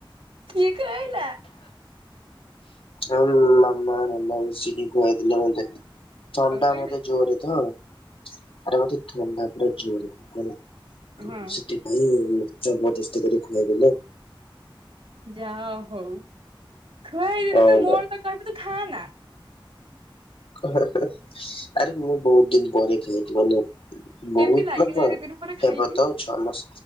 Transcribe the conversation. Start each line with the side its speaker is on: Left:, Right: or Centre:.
Right: କିଏ ଖୁଆଇଲା?
Left: ଆଉ ମାମା ନନା ମିଶିକି ଖୁଆଇଦେଲେ ମତେ। ଥଣ୍ଡା
Right: କଣ କହିବି
Left: ମତେ ଜୋରେ ତ, ଆରେ ମତେ ଥଣ୍ଡା ପୁରା ଜୋରେ ହେଲା।
Right: ହଁ
Left: ସେଥିପାଇଁ ଜବରଦସ୍ତି କରି ଖୁଆଇଦେଲେ ଆଉ।
Right: ଯା ହଉ ଖୁଆଇଦିନ
Left: ହଁ
Right: ତ
Left: ବା
Right: ମୋର ତ କହିବେ ତୁ ଖାଆ ନା।
Left: ଆରେ ମୁଁ ବହୁତ ଦିନ ପରେ ଖାଇଚି ମାନେ ବହୁତ
Right: କେମିତି ଲାଗିଲା
Left: ଥର
Right: ଏତେ ଦିନ ପରେ ଖାଇକି
Left: ହେବ ତଉ ଛଅ ମାସ